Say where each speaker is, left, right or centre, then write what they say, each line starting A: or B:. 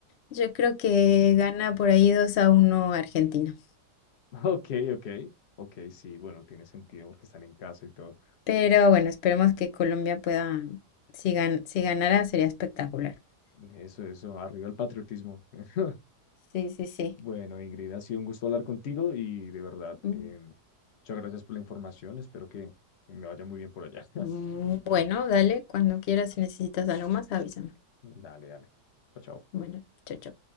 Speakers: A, on the left; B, on the left.
A: Yo creo que gana por ahí 2 a uno Argentina.
B: <laughs> Ok, ok, ok, sí, bueno, tiene sentido porque están en casa y todo.
A: Pero bueno, esperemos que Colombia pueda, si gan- si ganara sería espectacular.
B: Eso, eso, arriba el patriotismo. <laughs>
A: Sí, sí, sí.
B: Bueno, Ingrid, ha sido un gusto hablar contigo y de verdad,
A: Mm,
B: eh, muchas gracias por la información. Espero que que me vaya muy bien por allá. <laughs>
A: mm, Bueno, dale, cuando quieras, si necesitas algo más, avísame.
B: Dale, dale. Chao, chao.
A: Bueno, chao, chao.